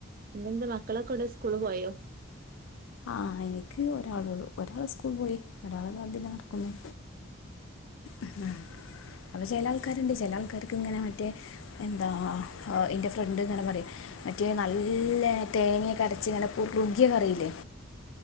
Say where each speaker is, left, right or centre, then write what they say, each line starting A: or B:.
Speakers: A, on the right; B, on the left.
A: എന്തെന്ന് മക്കളൊക്കെ എവടെ സ്കൂള് പോയോ
B: ആഹ് എനിക്ക് ഒരാള് ഒള്ളൂ സ്കൂൾ പോയി ഒരാൾ ഇതാ ഇതിലെ നടക്കുന്നു ഇന്നാ ചില ആൾക്കാരുണ്ട് ചില ആൾക്കാർക്ക് ഇങ്ങനെ മറ്റേ എന്താ ഇന്റെ ഫ്രണ്ട് ഇങ്ങനെ പറയോയ് മറ്റേ നല്ല തേങ്ങ ഒക്കെ അരച്ച് ഇങ്ങനെ കുറുകിയ കറിയില്ലേ